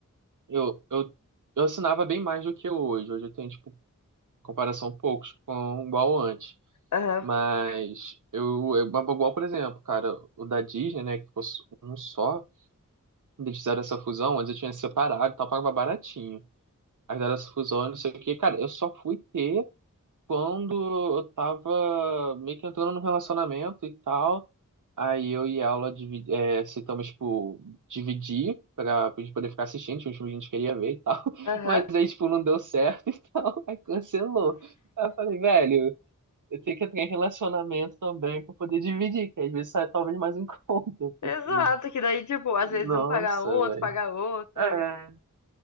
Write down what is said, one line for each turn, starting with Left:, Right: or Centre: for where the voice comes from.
Right: eu, eu, eu assinava bem mais do que eu hoje. Hoje eu tenho, tipo, comparação poucos com igual antes.
Left: Aham,
Right: Mas eu, eu, mas igual, por exemplo, cara, o da Disney, né, que ficou um só, quando eles fizeram essa fusão, antes eu tinha separado e tal, pagava baratinho. Aí fizeram essa fusão, não sei o que cara, eu só fui ter quando eu tava meio que entrando no relacionamento e tal, aí eu e ela divi- é, aceitamos, tipo, dividir pra, pra gente poder ficar assistindo, tinha uns filmes que a gente queria ver e tal, <laughs>
Left: aham.
Right: mas aí, tipo, não deu certo <laughs> e tal, aí cancelou. Aí eu falei, velho, eu tenho que entrar em relacionamento também pra poder dividir, que às vezes sai talvez mais em <laughs> conta,
Left: Exato,
Right: porque,
Left: que daí, tipo, às
Right: nossa,
Left: vezes um paga um, outro,
Right: velho.
Left: paga outro.
Right: É,